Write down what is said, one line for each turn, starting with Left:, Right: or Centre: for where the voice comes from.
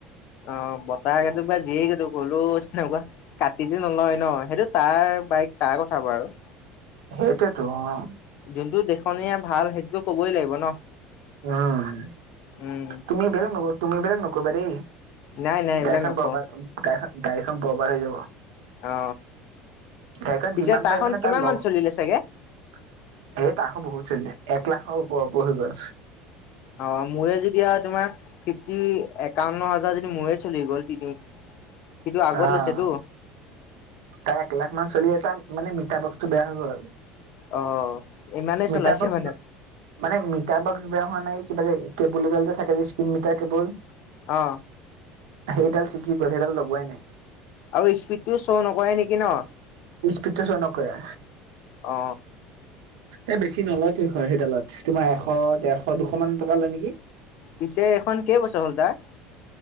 Left: অ বতাহ <unintelligible> তেনেকুৱা। কাটি দি নলয় ন, সেইটো তাৰ বাইক তাৰ কথা বাৰু।
Right: সেইটোৱেটো অ।
Left: যোনটো দেখনীয়া ভাল সেইটোতো ক'বই লাগিব ন।
Right: নয়।
Left: উম
Right: তুমি এইবিলাক নকৰ তুমি এইবিলাক নকৰিবা দেই।
Left: নাই নাই এইবিলাক
Right: গাড়ীখন
Left: নকওঁ
Right: বৰবাদ গাড়ীখন গাড়ীখন বৰবাদ হৈ যাব।
Left: অ
Right: গাড়ীখন
Left: পিছে
Right: যিমান
Left: তাৰখন
Right: পাৰে মানে
Left: কিমান
Right: তাৰ লগ
Left: মান চলিলে
Right: এ
Left: চাগে
Right: তাৰ খন বহুত চলিলে। এক লাখৰ উপৰা উপৰি হৈ গ'ল।
Left: অ, মোৰে যেতিয়া তোমাৰ ফিফটি একাৱন্ন হাজাৰ যদি মোৰে চলি গ'ল তিনি সিটো আগত
Right: অ',
Left: লৈছেতো।
Right: তাৰ এক লাখ মান চলি এটা মানে মিটাৰ বক্সটো বেয়া হৈ গ'ল।
Left: অ ইমানেই চলাইছে
Right: মিটাৰ বক্স
Left: মানে
Right: ব মানে মিটাৰ বক্স বেয়া হোৱা নাই, কিবা যে কেবুল এডাল থাকে যে স্পীড মিটাৰ কেবল
Left: অ।
Right: সেইডাল ছিগি গ'ল, সেইডাল লগোৱাই নাই।
Left: আৰু স্পীডটো ছ নকৰে নেকি ন?
Right: স্পীডটো ছ নকৰে।
Left: অ
Right: এ বেছি নলয়টো সেইখন সেইডালত। তোমাৰ এশ, দেৰশ, দুশ মান টকা লয় নেকি?
Left: পিছে এইখন কেই বছৰ হ'ল তাৰ?